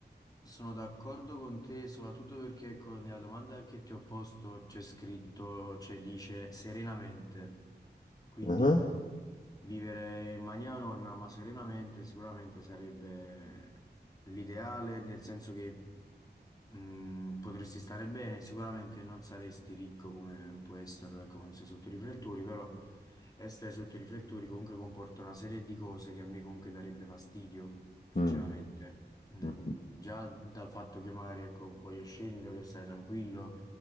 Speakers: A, on the left; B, on the left.
A: sono d'accordo con te, soprattutto perché con la domanda che ti ho posto c'è scritto, cioè dice serenamente. Quindi
B: Ah,
A: vivere in maniera anonima ma serenamente sicuramente sarebbe l'ideale, nel senso che Mm, potresti stare bene, sicuramente non saresti ricco come può esserlo, ecco, quando sei sotto i riflettori, però essere sotto i riflettori comunque comporta una serie di cose che a me comunque darebbe fastidio, sinceramente.
B: mm,
A: Mm,
B: mm.
A: già dal fatto che magari, ecco, voglio scendere, voglio stare tranquillo,